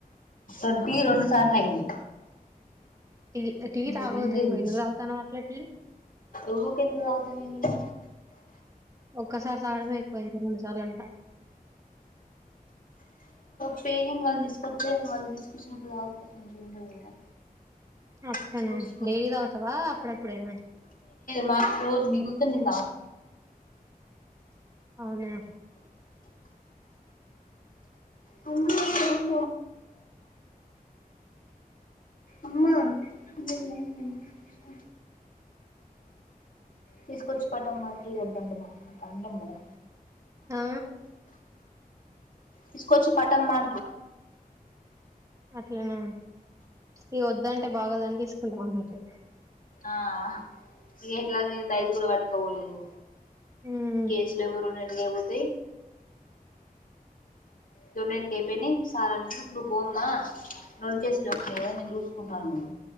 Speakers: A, on the left; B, on the right.
A: ర త రౌడు సార్ లేైంది
B: టీ టీ
A: ఇంగ
B: తాగొద్దు
A: తిన్లేదిక
B: ఎక్కువ ఎందుకు తాగుతానవ్ అట్లా టీ
A: ఊకె ఎందుకు చదువుతానిగా
B: ఒక్కసారి చదవడమే ఎక్కువ ఇంకా రెండుసార్లు అంట
A: పేగని వాళ్ళు తీసుకొచ్చ వాళ్ళు తీసుకొచ్చినప్పుడు ఆకపో మ చూ ఉండదు కదా
B: అప్పుడేనా
A: తీసుకొచ్చి
B: డెలీదవుతావా అప్పుడ అప్పుడేనా
A: మా రోజ మీకుతు నింద
B: అవునా
A: <unintelligible> అమ్మా అ తీసుకొచ్చి పెట్టం మ వద్దంటమా అ అండ మద
B: ఆ
A: తీసుకొచ్చి పటం మ
B: అట్లనా ఇ వద్దంటే బాగదని తీసుకుంటాం అన్నట్టు
A: ఆ క్రెట్లాగా న ఐదు కూడా పట్టుకోవలేదు
B: ఉమ్
A: కేజల మరు ఎ గబధ దొండెంటికి అయిపోయినా సాలా నువ్వు బోమ్మా రెండు కేసులున్నావు కదా నేను చూసుకుంటాను నువ్వు